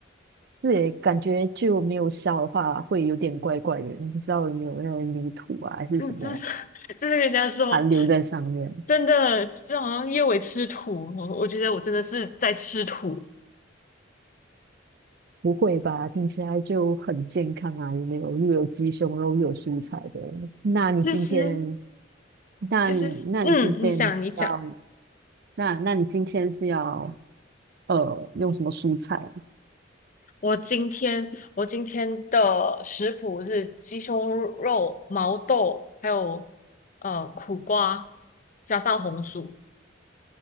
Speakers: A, on the right; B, on the left.
A: 是诶，感觉就没有削的话会有点怪怪的，你不知道有没有那个泥土啊，还是什么
B: 嗯，就是就是人家说
A: 残留在上面？
B: 真的，就是好像叶伟吃土，我我觉得我真的是在吃土。
A: 不会吧？听起来就很健康啊，有没有？又有鸡胸肉，又有蔬菜的。那你今天
B: 其实
A: 那你那你今天是要
B: 其实，嗯，你想你讲。
A: 那那你今天是要呃用什么蔬菜啊？
B: 我今天我今天的食谱是鸡胸肉、毛豆，还有呃苦瓜，加上红薯，